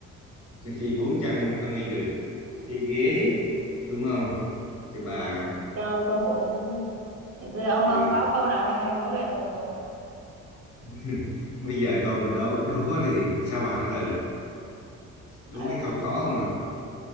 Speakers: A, on the left (about 85°); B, on the right (about 55°).
A: khi bốn chân nhưng không đi được
B: ừ.
A: cái ghế đúng không cái bà
B: cho ông cơ hội thôi Thì tôi ông
A: ừ.
B: ông có câu nào hay hay ông đố lại tôi câu coi
A: <laughs> bây giờ tôi mà đố đố thì sao bà trả lời được đố
B: ừ
A: mấy câu khó không ạ